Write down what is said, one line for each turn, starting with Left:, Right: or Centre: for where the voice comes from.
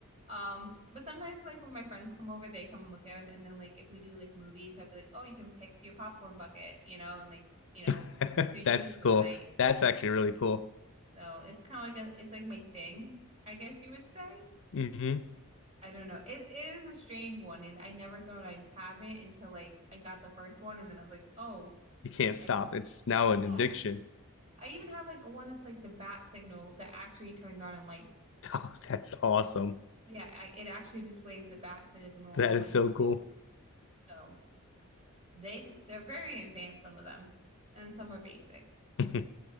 Right: Um, but sometimes like when my friends come over, they come and look at them. And then like if we do like movies, I'd be like, oh, you can pick your popcorn bucket, you know, and like, you know,
Left: <laughs>
Right: to use
Left: That's
Right: for
Left: cool.
Right: the night.
Left: That's actually really cool.
Right: So it's kind of like a it's like my thing, I guess you would say.
Left: hmm
Right: I don't know. It, it is a strange one, and I never thought I'd have it until like I got the first one, and then I was like, oh,
Left: You can't stop.
Right: I
Left: It's now
Right: yeah.
Left: an addiction. <laughs>
Right: I even have like one that's like the bat signal that actually turns on and lights.
Left: Oh, that's awesome.
Right: Yeah, I, it actually displays the bat signal
Left: That
Right: on my
Left: is
Right: ceiling.
Left: so cool.
Right: So they they're very advanced, some of them, and some are basic.
Left: <laughs>